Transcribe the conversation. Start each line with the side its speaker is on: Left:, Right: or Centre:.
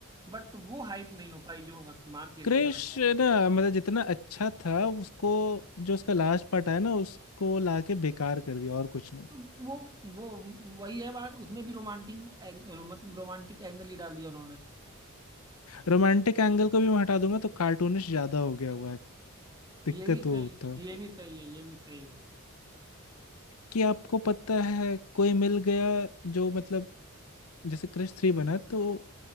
Right: बट वो हाइप नहीं हो पाई जो शक्तिमान के इंडिया
Left: क्रिश
Right: में है
Left: ना मतलब जितना अच्छा था उसको जो उसका लास्ट पार्ट आया ना उसको लाके बेकार कर दिया और कुछ नहीं
Right: तो वो वो वही है बात उसमें भी रोमांटिक एंग, मतलब रोमांटिक एंगल ही डाल दिया उन्होंने
Left: रोमांटिक एंगल को भी मैं हटा दूंगा तो कार्टूनिश ज्यादा हो गया हुआ है दिक्कत
Right: ये भी सही
Left: वो होता
Right: है ये भी सही है ये भी सही है
Left: कि आपको पता है कोई मिल गया जो मतलब जैसे क्रश थ्री बना तो